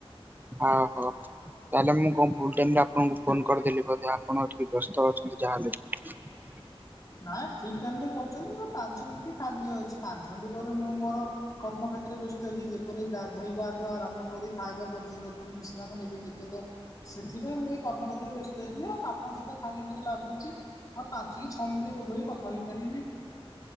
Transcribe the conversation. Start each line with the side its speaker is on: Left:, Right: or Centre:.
Right: ଅହୋ। ତାହେଲେ ମୁଁ କଣ ଭୁଲ ଟାଇମରେ ଆପଣଙ୍କୁ ଫୋନ କରିଦେଲି ବୋଧେ ଆପଣ ଟିକେ ବ୍ୟସ୍ତ ଅଛନ୍ତି। ଯାହାହେଲେ
Left: ଆଁ ଠିକ ଟାଇମ୍ ରେ କର କରୁଚନ୍ତି ମୋ ପାଞ୍ଚ ମିଣ୍ଟି ଖାଲି ହଉଛି, ପାଞ୍ଚ ମିଣ୍ଟି ପରେ ମୁଁ ମୋର କର୍ମକ୍ଷେତ୍ରରେ ବ୍ୟସ୍ତ ହେଇଯିବି। ଯେପରି ଗାଧୋଇବାଠୁ ଆରମ୍ଭ କରି ଖାଇବା ପର୍ଯ୍ୟନ୍ତ ପୁଣି ବିଶ୍ରାମ ନେବି ଟିକେ ତ, ସେଥିପାଇଁ ମୁଁ ଏ କର୍ମ କ୍ଷେତ୍ରରେ ବ୍ୟସ୍ତ ହେଇ <unintelligible> ହଁ ସେତ କାଲି ମୋତେ ଲାଗୁଛି, ଆଉ ପାଞ୍ଚି କି ଛଅ ମିନିଟ୍ ବୋଧହୁଏ କଥା ହୋଇପାରିବି।